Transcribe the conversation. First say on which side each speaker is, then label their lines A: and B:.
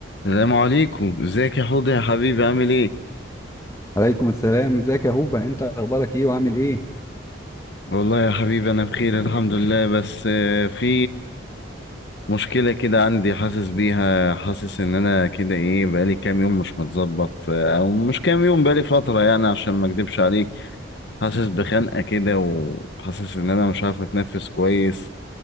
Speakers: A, on the left; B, on the left.
A: السلام عليكم ازيك يا حوض يا حبيبي عامل ايه
B: عليكم السلام ازيك يا هوبا انت اخبارك ايه وعامل ايه
A: والله يا حبيبي انا بخير الحمد لله بس آه، في مشكلة كده عندي حاسس بيها حاسس ان انا كده ايه بقالي كام يوم مش متظبط آه، او مش كام يوم بقالي فترة يعني عشان ما اكدبش عليك حاسس بخنقة كده وحاسس ان انا مش عارف اتنفس كويس